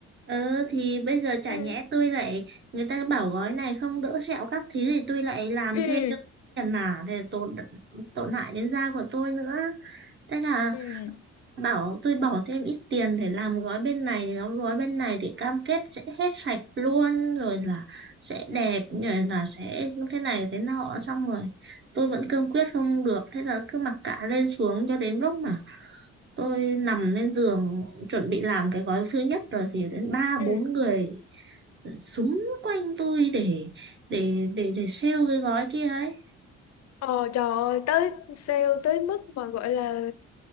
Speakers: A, on the right; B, on the left.
A: Ừ thì bây giờ chả
B: ừ
A: nhẽ tôi lại người ta bảo gói này không đỡ sẹo các thứ thì tôi lại làm
B: ừ
A: thêm cho tiền à thì tổn tổn hại đến da của tôi nữa. Thế là
B: ừ
A: bảo tôi bỏ thêm ít tiền để làm gói bên này thì đóng gói bên này thì cam kết sẽ hết sạch luôn rồi là sẽ đẹp rồi là sẽ thế này thế nọ xong rồi tôi vẫn cương quyết không được thế là cứ mặc cả lên xuống cho đến lúc mà tôi nằm lên giường chuẩn bị làm cái gói thứ nhất rồi thì đến ba
B: ừ
A: bốn người súng quanh tôi để để để để sale cái gói kia ấy
B: Ờ trời ơi, tới sale tới mức mà gọi là